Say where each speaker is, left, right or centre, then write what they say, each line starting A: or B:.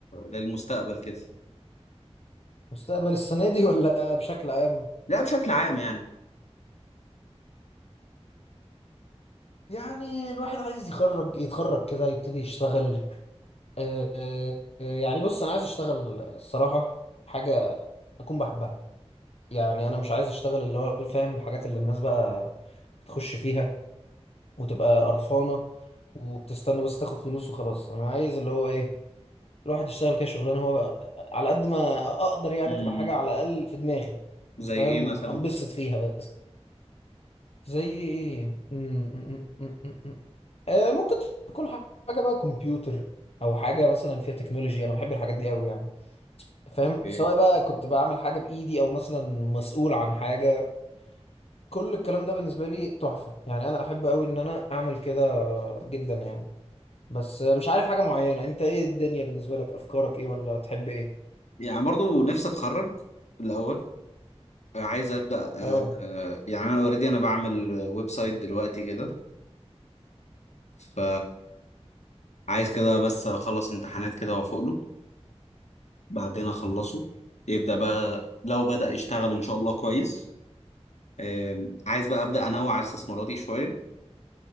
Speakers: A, on the left; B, on the left.
A: للمستقبل كده؟
B: مستقبل السنه دي ولا بشكل عام
A: لا بشكل عام يعني
B: يعني الواحد عايز يخرج يتخرج كده يبتدي يشتغل آه، آه، آه، يعني بص انا عايز اشتغل الصراحه حاجه اكون بحبها يعني انا مش عايز اشتغل اللي هو فاهم الحاجات اللي الناس بقى بتخش فيها وتبقى قرفانه وبتستنى بس تاخد فلوس وخلاص انا عايز اللي هو ايه الواحد يشتغل كده شغلانه هو بقى على قد ما اقدر يعني
A: امم
B: تبقى حاجه على الاقل في دماغي
A: زي
B: فاهم
A: ايه مثلا؟
B: انبسط فيها بس زي ايه م- م- م- م- م- م. آه، ممكن تكون حاجه بقى كمبيوتر او حاجه مثلا فيها تكنولوجي انا بحب الحاجات دي قوي يعني فاهم
A: ايه؟
B: سواء بقى كنت بعمل حاجه بايدي او مثلا مسؤول عن حاجه كل الكلام ده بالنسبه لي تحفه يعني انا احب قوي ان انا اعمل كده جدا يعني بس آه، مش عارف حاجه معينه انت ايه الدنيا بالنسبه لك افكارك ايه ولا تحب ايه
A: يعني برضو نفسي اتخرج الاول عايز ابدا
B: اه
A: آه آه، يعني انا اوريدي انا بعمل ويب سايت دلوقتي كده ف عايز كده بس اخلص امتحانات كده وافوق له بعدين اخلصه يبدا بقى لو بدا يشتغل ان شاء الله كويس آه، عايز بقى ابدا انوع على استثماراتي شويه